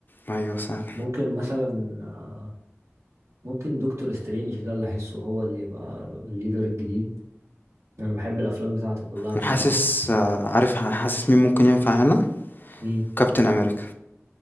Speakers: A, on the left; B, on the right.
A: ايوه سهل
B: ممكن مثلا آه، ممكن دكتور سترينج ده اللي احسه هو اللي يبقى الليدر الجديد انا بحب الافلام بتاعته كلها بصراحة
A: انا حاسس آه، عارف حاسس مين ممكن ينفع هنا
B: مين
A: كابتن امريكا